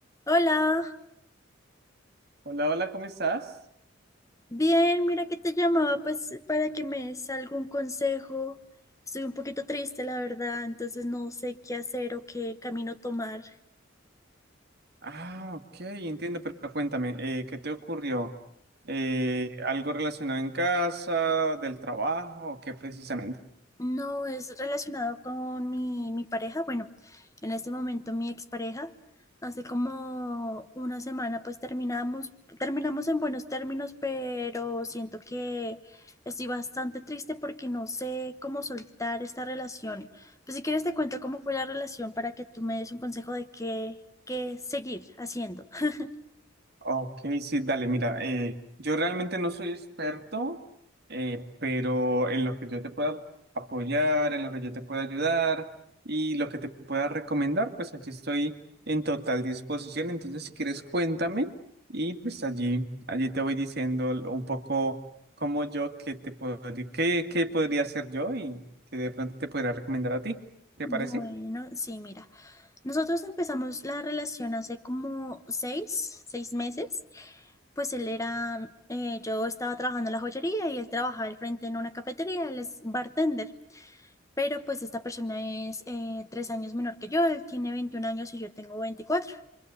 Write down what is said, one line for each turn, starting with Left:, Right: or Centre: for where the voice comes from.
Left: Hola,
Right: Hola, hola, ¿cómo estás?
Left: bien, mira que te llamaba pues para que me des algún consejo. Estoy un poquito triste, la verdad, entonces no sé qué hacer o qué camino tomar.
Right: Ah, ok, entiendo, pero cuéntame, eh, ¿qué te ocurrió? Eh, ¿algo relacionado en casa, del trabajo, o qué precisamente?
Left: No es relacionado con mi, mi pareja. Bueno, en este momento mi expareja. Hace como una semana pues terminamos, terminamos en buenos términos, pero siento que estoy bastante triste porque no sé cómo soltar esta relación. Pues si quieres te cuento cómo fue la relación para que tú me des un consejo de qué, qué seguir haciendo. <laughs>
Right: Ok, sí, dale, mira, eh, yo realmente no soy experto, eh, pero en lo que yo te pueda apoyar, en lo que yo te pueda ayudar y lo que te pueda recomendar, pues allí estoy en total disposición. Entonces, si quieres, cuéntame y pues allí, allí te voy diciendo l- un poco cómo yo, qué te puedo, qué, qué podría hacer yo y que de pronto te podría recomendar a ti. ¿Te
Left: Bueno,
Right: parece?
Left: sí, mira. Nosotros empezamos la relación hace como seis, seis meses. Pues él era, eh, yo estaba trabajando en la joyería y él trabajaba al frente en una cafetería, él es bartender, pero pues esta persona es eh, tres años menor que yo, él tiene 21 años y yo tengo 24.